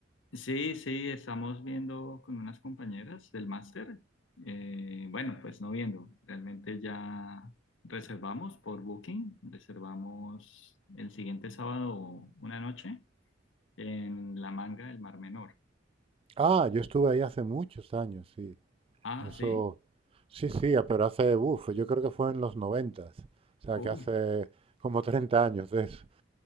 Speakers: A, on the left; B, on the right.
A: Sí, sí, estamos viendo con unas compañeras del máster. Eh, bueno, pues no viendo, realmente ya reservamos por Booking, reservamos el siguiente sábado una noche en La Manga del Mar Menor.
B: Ah, yo estuve ahí hace muchos años, sí.
A: Ah,
B: Eso,
A: sí,
B: sí, sí, ah, pero hace, uff, yo creo que fue en los noventas. O sea,
A: uy,
B: que hace como 30 años de eso.